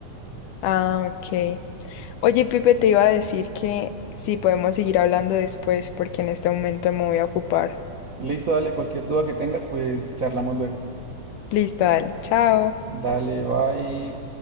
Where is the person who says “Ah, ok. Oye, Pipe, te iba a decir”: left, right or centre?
Left